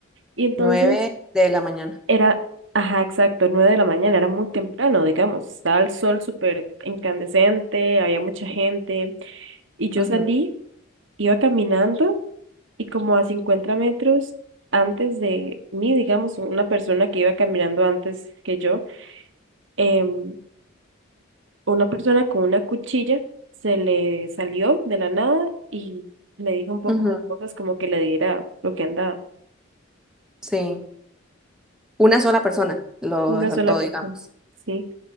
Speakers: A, on the right; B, in the centre.
A: Y entonces
B: Nueve de la mañana.
A: era, ajá, exacto, nueve de la mañana, era muy temprano, digamos, estaba el sol súper incandescente, había mucha gente, y yo
B: Ujú,
A: salí, iba caminando, y como a 50 metros antes de mí, digamos, una persona que iba caminando antes que yo, em, una persona con una cuchilla se le salió de la nada y le dijo un poco
B: ujú,
A: de cosas como que le diera lo que andaba,
B: Sí, una sola persona lo
A: una
B: asaltó,
A: sola persona,
B: digamos.
A: sí